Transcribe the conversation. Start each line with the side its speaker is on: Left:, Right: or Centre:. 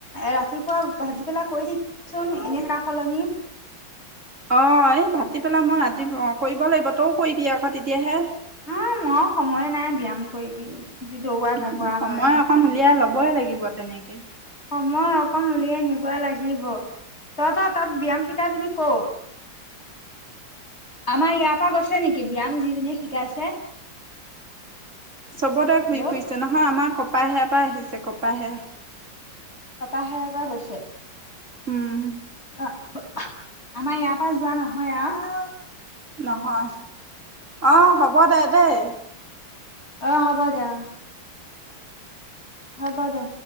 Left: ৰাতিপুৱা ভাটিবেলা কৰি থাকিবিচোন এনে থাকা সলনি।
Right: অঁ এই ভাটিবেলা মই ৰাতি অঁ কৰিব লাগিব তইও কৰিবি আকৌ তেতিয়াহে।
Left: উম মোৰ সময় নাই ব্যায়াম কৰিবি। যি দৌৰা
Right: উম
Left: ঢাপৰা
Right: সময়
Left: হয়।
Right: অকন উলিয়াই ল'বই লাগিব তেনেকে।
Left: সময় অকণ উলিয়াই নিব লাগিব <unintelligible> তাত ব্যায়াম শিকাজনী ক'ৰ, আমাৰ ইয়াত <unintelligible> গৈছে নেকি ব্যায়াম যিজনীয়ে শিকাইছে।
Right: চবতে ঘূৰি
Left: হেল্ল'
Right: ফুৰিছে নহয় আমাৰ কপাহেয়াৰ পৰা আহিছে কপাহেয়া।
Left: কপাহেয়াৰ পৰা গৈছে
Right: উম
Left: আহ। আমাৰ ইয়াৰ পৰা যোৱা নহয় আৰু।
Right: নহয় অহ হ'ব দে দেই।
Left: অ হব দে অ। হ'ব দে।